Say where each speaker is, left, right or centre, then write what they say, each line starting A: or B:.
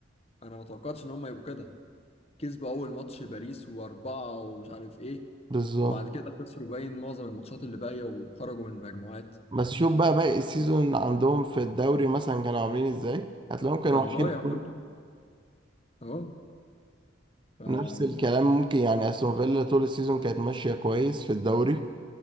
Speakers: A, on the left; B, on the right.
A: انا ما توقعتش ان هم يبقوا كده كسبوا اول ماتش باريس واربعة ومش عارف ايه
B: بالظبط
A: وبعد كده خسروا باين معظم الماتشات اللي باقية وخرجوا من المجموعات
B: بس شوف بقى باقي السيزون عندهم في الدوري مثلا كانوا عاملين ازاي هتلاقيهم كانوا
A: كان
B: وحشين
A: ضايع برضه اه فا
B: نفس
A: يعني
B: الكلام ممكن يعني استون فيلا طول السيزون كانت ماشيه كويس في الدوري